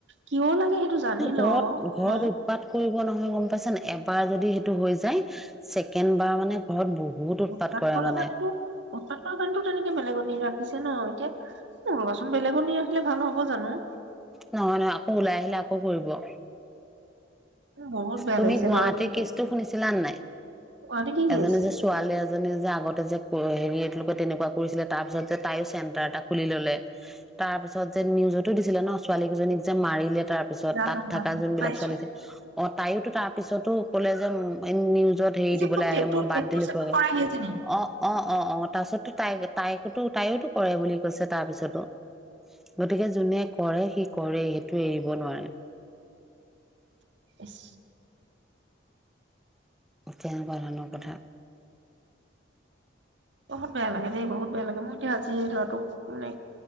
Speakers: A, on the right (about 75°); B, in the centre.
A: কিয় লাগে সেইটো জানি ল
B: ঘৰত -ঘৰত
A: ন
B: উৎপাত কৰিব নহয় গম পাইছানে নাই এবাৰ যদি হে টো হৈ যায় ছেকেণ্ড বাৰ মানে ঘৰত বহুত
A: উৎপাত
B: কৰে
A: কৰা
B: মানে
A: কাৰণেটো- উৎপাত কৰা কাৰণেটো তেনেকে বেলেগৰ নি ৰা পিছে ন এতিয়া ৰবাচোন বেলেগত নি ৰাখিলে ভাল হ'ব জানো?
B: নহয় নহয় আকৌ ওলাই আহিলে আকৌ কৰিব
A: বহুত বেয়া
B: তুমি
A: লাগিছে
B: গুৱাহাটীৰ
A: ল'ৰাটো যে।
B: কেচটো শুনিছিলা নাই
A: গুৱাহাটী কি কৰিছে
B: এজনী যে ছোৱালী এজনী যে আগতে যে হেৰি এতলোকে তেনেকুৱা কৰিছিলে, তাৰ পিছত যে তায়ো চেন্টাৰ এটা খুলি ললে। তাৰ পিছত যে নিউজটো দিছিলে ন, ছোৱালী কেজনীক যে মাৰিলে। তাৰ পিছত,
A: জানো
B: তাত থাকা
A: জানো
B: জোনবিলাক
A: পাইছো
B: ছোৱালী আছিল অ তায়োতো তাৰপিছত টো কলে যে ম <unintelligible> যত হেৰি
A: এই যে
B: দিবলৈ
A: খুব
B: আহে
A: টেটু
B: মই বাদ
A: টেটু
B: দিলো, <unintelligible>
A: চেটু কৰা সেইজনী
B: অ অ অ অ তাৰ পিছতো তাই তাইকো তু তাইওতো কৰে বুলি কৈছে তাৰ পিছতো! গতিকে যোনে কৰে সি কৰে, সেইটো এৰিব নোৱাৰে।
A: ইচ!
B: তেনকুৱা ধৰণৰ কথা।
A: বহুত বেয়া লাগে দেই বহুত বেয়া লাগে, মই এতিয়া আজি এই ল'ৰাটোক মানে